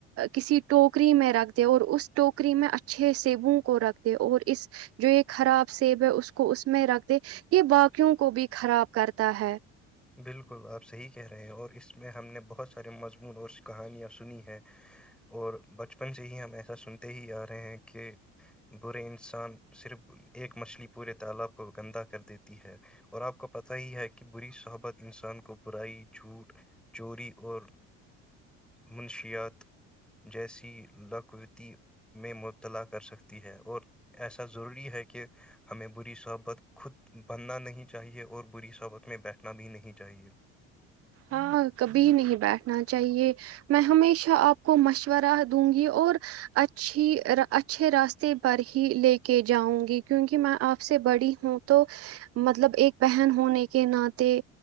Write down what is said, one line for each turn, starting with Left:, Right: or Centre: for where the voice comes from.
Right: کسی ٹوکری میں رکھ دے اور اس ٹوکری میں اچھے سیبوں کو رکھ دے اور اس جو یہ خراب سیب ہے اس کو اس میں رکھ دے یہ باقیوں کو بھی خراب کرتا ہے
Centre: بالکل آپ صحیح کہہ رہے ہیں اور اس میں ہم نے بہت سارے مضمون اور کہانیاں سنی ہیں اور بچپن سے ہی ہم ایسا سنتے ہی آ رہے ہیں کہ برے انسان صرف ایک مچھلی پورے تالاب کو گندہ کر دیتی ہے اور آپ کو پتہ ہی ہے کہ بری صحب انسان کو برائی جھوٹ چوری اور منشیات جیسی لقوتی میں مبتلا کر سکتی ہے اور ایسا ضروری ہے کہ ہمیں بری صحبت خود بننا نہیں چاہیے اور بری صحبت میں بیٹھ نا بھی نہیں چاہیے
Right: ہاں کبھی نہیں بیٹھنا چاہیے میں ہمیشہ آپ کو مشورہ دوں گی اور اچھی اچھے راستے پر ہی لے کے جاؤں گی کیونکہ میں آپ سے بڑی ہوں تو مطلب ایک بہن ہونے کے ناطے